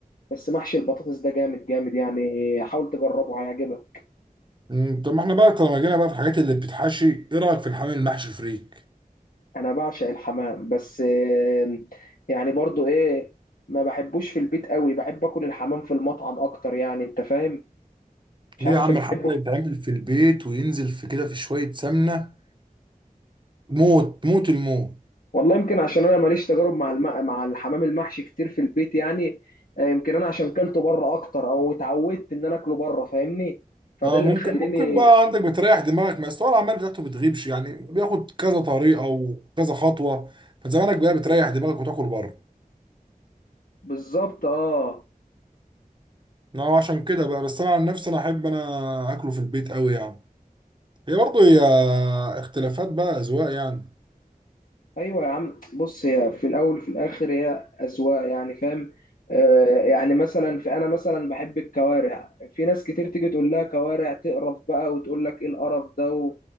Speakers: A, on the left (about 70°); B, on the right (about 30°).
A: بس محشي البطاطس ده جامد جامد يعني حاول تجربه هيعجبك
B: أمم، طب ما احنا بقى طالما جينا بقى في الحاجات اللي بتتحشي ايه رايك في الحمام المحشي فريك
A: انا بعشق الحمام بس آه، يعني برضو ايه ما بحبوش في البيت قوي بحب اكل الحمام في المطعم اكتر يعني انت فاهم مش
B: ليه
A: عارف
B: يا عم
A: انت بتحبه
B: الحمام ده يتعمل في البيت وينزل في كده في شوية سمنة موت موت الموت
A: والله يمكن عشان انا ماليش تجارب مع الم... مع الحمام المحشي كتير في البيت يعني آه، يمكن انا عشان كلته بره اكتر او اتعودت ان انا اكله بره فاهمني فده
B: اه
A: اللي
B: ممكن
A: مخليني
B: ممكن بقى عندك بتريح دماغك ما أصل هو العمال بتاعته بتغيبش يعني بياخد كذا طريقه وكذا خطوه فزمانك بقى بتريح دماغك وتاكل بره
A: بالظبط اه
B: اه عشان كده بقى بس انا عن نفسي انا احب انا اكله في البيت قوي يعني هي برضه هي اختلافات بقى اذواق يعني
A: ايوه يا عم بص هي في الاول وفي الاخر هي اذواق يعني فاهم آه يعني مثلا في انا مثلا بحب الكوارع في ناس كتير تيجي تقول لها كوارع تقرف بقى وتقول لك ايه القرف ده و...